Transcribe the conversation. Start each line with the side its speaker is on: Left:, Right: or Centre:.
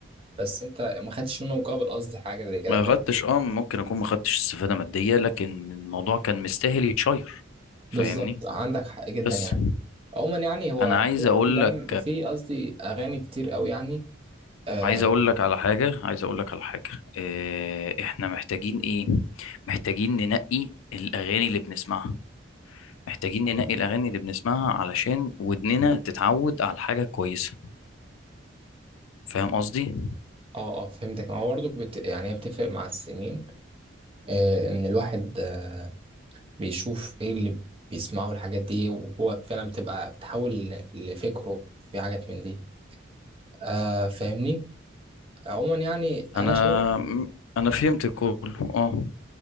Right: بس انت ما خدتش منه مقابل قصدي حاجه زي كده
Left: ما
Right: فاهم
Left: خدتش اه ممكن اكون ما خدتش استفاده ماديه لكن الموضوع كان مستاهل يتشير فاهمني
Right: بالظبط عندك حق جدا
Left: بس
Right: يعني عموما يعني هو
Left: انا عايز
Right: في
Left: اقول
Right: افلام
Left: لك
Right: في قصدي اغاني كتير قوي يعني اه
Left: عايز اقول لك على حاجه عايز اقول لك على حاجه آه، احنا محتاجين ايه محتاجين ننقي الاغاني اللي بنسمعها محتاجين ننقي الاغاني اللي بنسمعها علشان ودننا تتعود على حاجه كويسه فاهم قصدي
Right: اه آه، فهمتك ما هو برضك بت... يعني هي بتفرق مع السنين آه ان الواحد آه، بيشوف ايه اللي بيسمعه الحاجات دي وهو فعلا بتبقى بتحول ل- لفكره في حاجات من دي آه فاهمني عموما يعني انا
Left: انا
Right: شايف
Left: انا فهمت كله اه